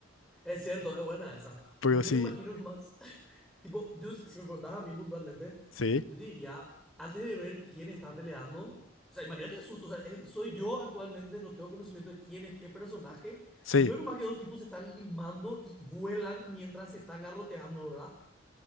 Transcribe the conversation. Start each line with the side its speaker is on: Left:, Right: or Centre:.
Centre: Es cierto, es buena esa.
Left: Pero
Centre: Pues
Left: sí,
Centre: yo me imagino nomás, <laughs> tipo, yo si si me preguntas a mí puntualmente,
Left: sí,
Centre: yo te diría, antes de ver quién está peleando, o sea, imagínate el susto, o sea, eh, soy yo actualmente, no tengo conocimiento de quién es qué personaje,
Left: sí.
Centre: y veo nomás que dos tipos se están limando y vuelan mientras se están garroteando, ¿verdad?